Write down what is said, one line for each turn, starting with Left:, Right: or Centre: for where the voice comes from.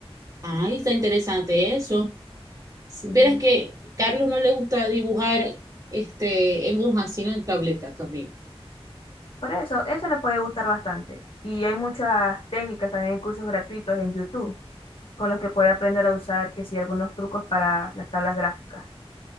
Right: Ay, está interesante eso. Supieras
Left: Y
Right: que Carlos no le gusta dibujar este en hojas, sino en tabletas también.
Left: por eso, eso le puede gustar bastante. Y hay muchas técnicas, también hay cursos gratuitos en YouTube con los que puede aprender a usar, que sí, algunos trucos para las tablas gráficas.